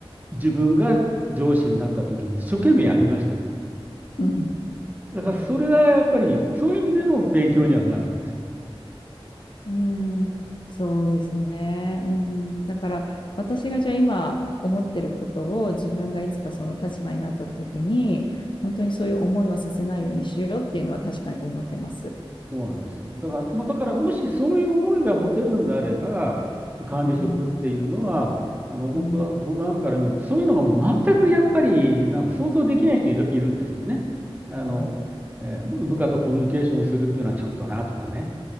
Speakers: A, on the right; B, on the left.
A: 自分が上司になった時に一生懸命やりました。
B: うん。
A: だから、
B: うん
A: それがやっぱり、そういう意味での勉強にはなるんです。
B: うーん、そうですね。うん、だから私がじゃあ今思ってることを自分がいつかその立場になった時に本当にそういう思いはさせないようにしようっていうのは確かに思ってます。
A: そうなんですよ。だから、まあ、だからもしそういう思いが持てるんであれば、管理職っていうのは、
B: うん、
A: あの僕は、
B: うん
A: 僕なんかから見ると、そういうのがもう全くやっぱり、なんか想像できない人いる、いるんですよね。あの、
B: あ
A: えー部部下とコミュニケーションするっていうのはちょっとなとかね、